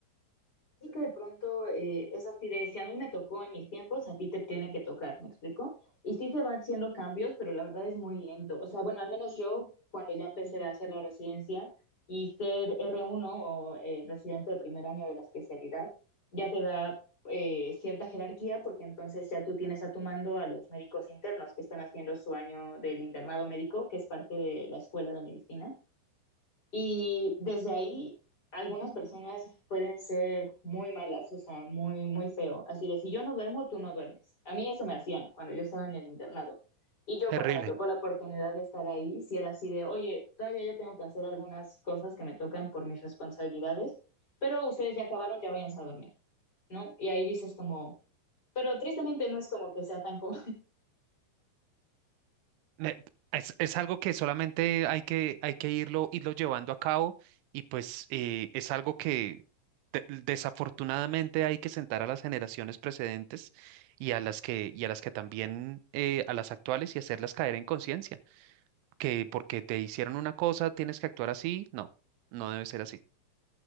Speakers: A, on the left; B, on the right.
A: sí que de pronto eh, es así de, si a mí me tocó en mis tiempos, a ti te tiene que tocar, ¿me explico? Y sí se van haciendo cambios, pero la verdad es muy lento. O sea, bueno, al menos yo cuando ya empecé a hacer la residencia y ser r uno o eh, residente de primer año de la especialidad, ya te da eh, cierta jerarquía porque entonces ya tú tienes a tu mando a los médicos internos que están haciendo su año del internado médico, que es parte de la escuela de medicina. Y desde ahí, algunas personas pueden ser muy malas, o sea, muy, muy feo. Así de, si yo no duermo, tú no duermes. A mí eso me hacían cuando yo estaba en el internado. Y yo
B: Terrible.
A: cuando me tocó la oportunidad de estar ahí, si era así de, oye, todavía yo tengo que hacer algunas cosas que me tocan por mis responsabilidades, pero ustedes ya acabaron, ya váyanse a dormir, ¿no? Y ahí dices como, pero tristemente no es como que sea tan co-
B: Me- es, es algo que solamente hay que, hay que irlo, irlo llevando a cabo y pues eh, es algo que de- desafortunadamente hay que sentar a las generaciones precedentes y a las que, y a las que también, eh, a las actuales y hacerlas caer en conciencia, que porque te hicieron una cosa tienes que actuar así, no, no debe ser así.